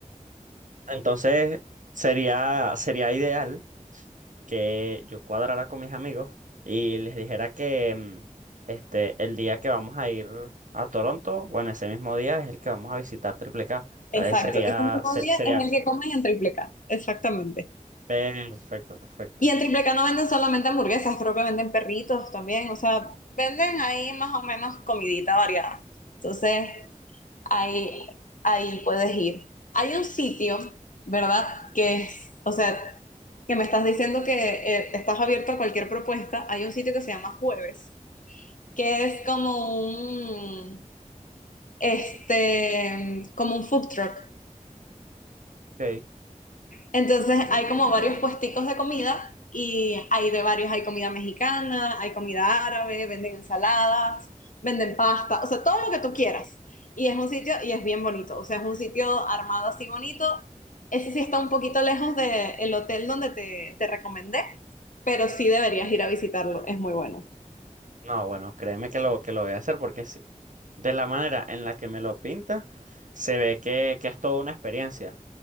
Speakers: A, on the right; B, on the left.
A: Entonces, sería, sería ideal. que yo cuadrara con mis amigos y les dijera que mm, este, el día que vamos a ir a Toronto, bueno, ese mismo día es el que vamos a visitar Triple K. Entonces
B: Exacto,
A: sería,
B: ese mismo
A: se-
B: día
A: sería
B: es el que comen en Triple K, exactamente.
A: perfecto, perfecto.
B: Y en Triple K no venden solamente hamburguesas, creo que venden perritos también, o sea, venden ahí más o menos comidita variada. Entonces, Ahí, ahí puedes ir. Hay un sitio, ¿verdad? Que es, o sea, que me estás diciendo que eh, estás abierto a cualquier propuesta. Hay un sitio que se llama Jueves, que es como un, este, como un food truck.
A: Ok.
B: Entonces hay como varios puesticos de comida y hay de varios, hay comida mexicana, hay comida árabe, venden ensaladas, venden pasta, o sea, todo lo que tú quieras. Y es un sitio, y es bien bonito, o sea, es un sitio armado así bonito. Ese sí está un poquito lejos del hotel donde te, te recomendé, pero sí deberías ir a visitarlo, es muy bueno.
A: No, bueno, créeme que lo, que lo voy a hacer porque sí, de la manera en la que me lo pinta, se ve que, que es toda una experiencia